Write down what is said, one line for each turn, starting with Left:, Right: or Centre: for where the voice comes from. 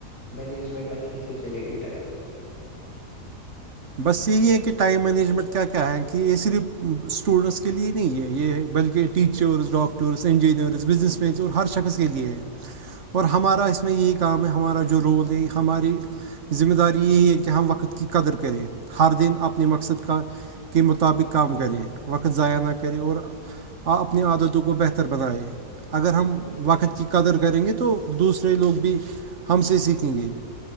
Left: مینجمنٹ اچھے سے چلے گی ٹائم کی
Right: بس یہی ہے کہ ٹائم مینجمنٹ کیا کیا ہے کہ یہ صرف اسٹوڈینٹس کے لیے نہیں ہے یہ ہے بلکہ ٹیچر چر ڈاکٹرس انجینئرز بزنس مینس اور ہر شخص کے لیے ہیں اور ہمارا اس میں یہی کام ہے ہمارا جو رول ہے ہماری ذمہ داری یہی ہے کہ ہم وقت کی قدر کریں ہر دن اپنے مقصد کا کے مطابق کام کرے وقت ضائع نہ کرے اور آ اپنی عادتوں کو بہتر بنائے اگر ہم
Left: بالکل
Right: وقت کی قدر کریں گے تو دوسرے لوگ بھی ہم سے سیکھیں گے